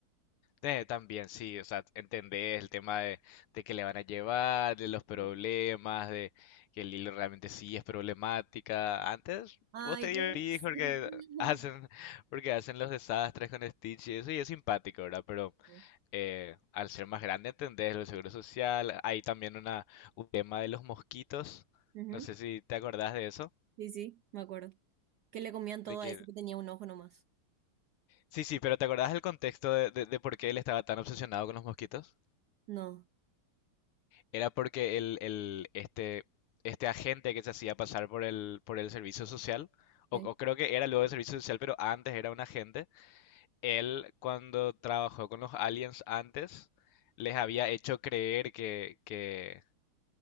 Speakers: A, on the left; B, on the right.
A: Eh, también sí, o sea, entendés el tema de, de que le van a llevar, de los problemas,
B: Sí.
A: de que el hilo realmente sí es problemática. Antes
B: Ay,
A: vos te divertís
B: pobrecita.
A: porque hacen,
B: <laughs>
A: porque hacen los desastres con Stitch y eso, y es simpático, ¿verdad? Pero...
B: Sí,
A: eh, al ser más grande, entendés el seguro social. Hay también una, un tema de los mosquitos.
B: Ujú.
A: No sé si te acordás de eso.
B: sí, sí, me acuerdo. Que le comían todo
A: De que...
B: a eso que tenía un ojo nomás.
A: Sí, sí, pero ¿te acordás del contexto de, de- de por qué él estaba tan obsesionado con los mosquitos?
B: No.
A: Era porque el, el- este, este agente que se hacía pasar por el, por el servicio social, o,
B: Sí.
A: o creo que era luego el servicio social, pero antes era un agente, él cuando trabajó con los aliens antes, les había hecho creer que, que